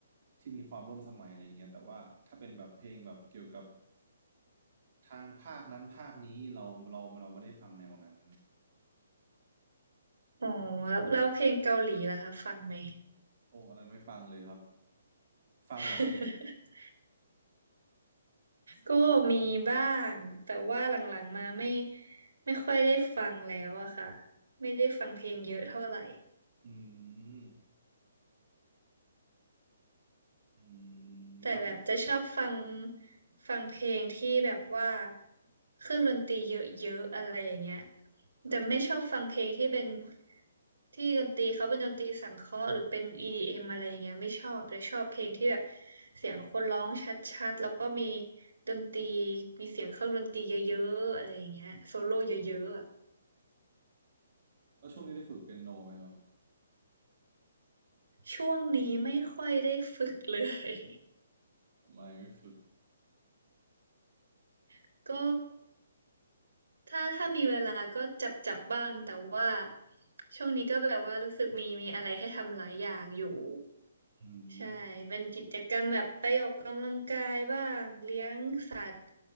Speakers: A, on the right; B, on the right.
A: ที่มีความร่วมสมัยอะไรอย่างเงี้ยแต่ว่าถ้าเป็นแบบเพลงแบบเกี่ยวกับทางภาคนั้นภาคนี้เราเราเราไม่ได้ฟังแนวนั้น
B: อ๋อแล้วแล้วเพลงเกาหลีล่ะคะฟังไหม
A: โอ้อันนั้นไม่ฟังเลยครับฟังเหรอ
B: <laughs> ก็มีบ้างแต่ว่าหลังๆมาไม่ไม่ค่อยได้ฟังแล้วอะค่ะไม่ได้ฟังเพลงเยอะเท่าไหร่
A: อืมอืมแล้ว
B: แต่แบบจะชอบฟังฟังเพลงที่แบบว่าเครื่องดนตรีเยอะๆอะไรอย่างเงี้ยแต่ไม่ชอบฟังเพลงที่เป็นที่ดนตรีเขาเป็นดนตรีสังเคราะห์หรือเป็น EDM อมอะไรอย่างเงี้ยไม่ชอบแต่ชอบเพลงที่แบบเสียงคนร้องชัดๆแล้วก็มีดนตรีมีเสียงเครื่องดนตรีเยอะๆอะไรอย่างเงี้ยโซโล่เยอะๆอะ
A: แล้วช่วงนี้ได้ฝึกเปียโนไหมครับ
B: ช่วงนี้ไม่ค่อยได้ฝึกเลย
A: ไม่ไม่ฝึก
B: <laughs> ก็ถ้าถ้ามีเวลาก็จับจับบ้างแต่ว่าช่วงนี้ก็แบบว่ารู้สึกมีมีอะไรให้ทำหลายอย่างอยู่
A: อืม
B: ใช่เป็นกิจกรรมแบบไปออกกำลังกายบ้างเลี้ยงสัตว์